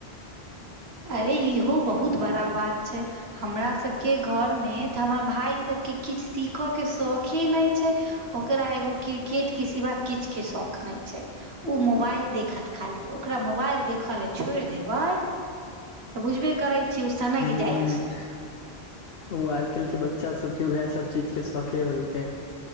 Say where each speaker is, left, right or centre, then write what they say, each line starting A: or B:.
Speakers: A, on the right; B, on the left.
A: अरे इहो बहुत बड़ा बात छै। हमरा सभ केँ घर में तऽ हमर भाय सभ केँ किछ सीख केँ शौखी नै छै। ओकरा एगो क्रिकेट केँ सिवा किछ केँ शौक नै छै। ओ मोबाइल देखत खाली ओकरा मोबाइल देख लऽ छोड़ देबै। तऽ बुझबे करै छी ओ सनक
B: <unintelligible>
A: जाइ छै
B: ओ आइ काइल कऽ बच्चा सब कऽ वैह सब चीज कऽ शौखे होय छै